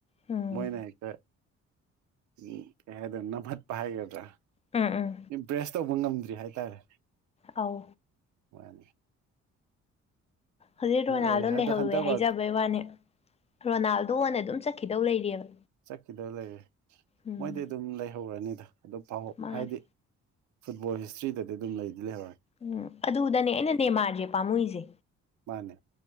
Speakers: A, on the left (about 20°); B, on the right (about 75°).
A: ꯎꯝ
B: ꯃꯣꯏꯅ ꯍꯦꯛꯇ ꯎꯝ ꯍꯥꯏꯗꯣꯏꯅꯣ ꯅꯝꯍꯠꯄ ꯍꯥꯏꯒꯗ꯭ꯔꯥ
A: ꯎꯝ ꯎꯝ
B: ꯏꯝꯄ꯭ꯔꯦꯁ ꯇꯧꯕ ꯉꯝꯗ꯭ꯔꯤ ꯍꯥꯏꯇꯥꯔꯦ
A: ꯑꯥꯎ
B: ꯃꯅꯤ
A: ꯍꯧꯖꯤꯛ ꯔꯣꯅꯥꯜꯗꯣ
B: ꯑꯣꯏ
A: ꯂꯩꯍꯧꯋꯦ
B: ꯑꯗꯣ ꯍꯟꯗꯛ
A: ꯍꯥꯏꯖꯕꯩ ꯋꯥꯅꯦ ꯔꯣꯅꯥꯜꯗꯣꯅ ꯑꯗꯨꯝ ꯆꯠ ꯈꯤꯗꯧ ꯂꯩꯔꯤꯑꯕ
B: ꯆꯠꯈꯤꯗꯧ ꯂꯩꯔꯦ
A: ꯎꯝ
B: ꯃꯣꯏꯗꯤ ꯑꯗꯨꯝ ꯂꯩꯍꯧꯔꯅꯤꯗ ꯑꯗꯨꯝ ꯄꯥꯎꯍꯧ
A: ꯃꯥꯅꯦ
B: ꯍꯥꯏꯗꯤ ꯐꯨꯠꯕꯣꯜ ꯍꯤꯁꯇ꯭ꯔꯤꯗꯗꯤ ꯑꯗꯨꯝ ꯂꯩꯗꯤ ꯂꯩꯍꯧꯔꯦ꯫
A: ꯎꯝ ꯑꯗꯨꯗꯅꯦ ꯑꯩꯅ ꯅꯦꯃꯥꯔꯖꯦ ꯄꯥꯝꯃꯨꯏꯖꯦ꯫
B: ꯃꯥꯅꯦ